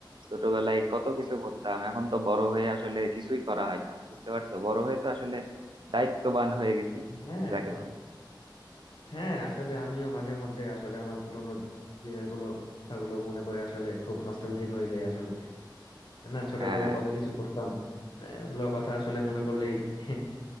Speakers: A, on the right; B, on the left.
A: ছোটবেলায় কত কিছু করতাম এখন তো বড় হয়ে আসলে কিছুই করা হয় না বুঝতে পারছো বড় হয়ে তো আসলে দায়িত্ববান হয়ে গেছি
B: হ্যাঁ
A: যাকে বলে
B: হ্যাঁ আসলে আমিও মাঝে মধ্যে আসলে আমার পুরোনো দিনের গুলো কথাগুলো মনে করে আসলে খুব নস্টালজিক হয়ে যায় আসলে তাই না ছোটবেলায়
A: হ্যাঁ
B: কত কিছু করতাম আহ, ওগুলো কথা আসলে মনে করলেই <laughs>